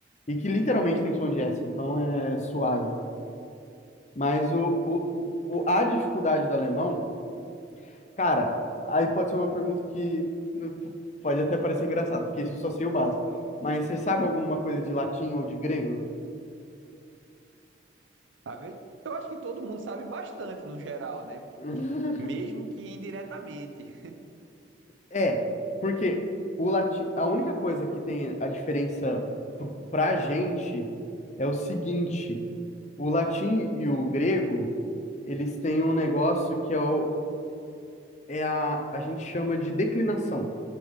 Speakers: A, on the left; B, on the right.
A: E que literalmente tem som de S, então é suave. Mas o, o, o, o- a dificuldade do alemão, cara, aí pode ser uma pergunta que né, pode até parecer engraçado, porque isso eu só sei o básico. Mas você sabe alguma coisa de latim ou de grego?
B: A ver, eu acho que todo mundo sabe bastante no geral, né?
A: <laughs>
B: Mesmo que indiretamente.
A: É, porque o latim, a única coisa que tem a diferença pr- pra gente é o seguinte: o latim e o grego, eles têm um negócio que é, o, é a, a gente chama de declinação.